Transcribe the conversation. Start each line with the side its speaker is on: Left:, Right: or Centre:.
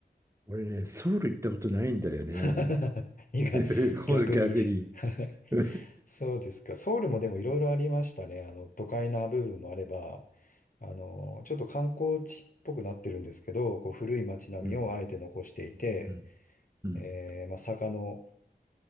Right: 俺ね、ソウル行ったことないんだよね。
Left: <laughs> 意外、
Right: <laughs>
Left: 逆に
Right: これ逆に。
Left: <laughs>
Right: <laughs> う
Left: そうですか。ソウルもでもいろいろありましたね。あの、都会な部分もあれば、あの、ちょっと観光地っぽくなってるんですけど、こう古い街並みをあえて残していて、
Right: ん。うんうん。
Left: えーまあ、坂の、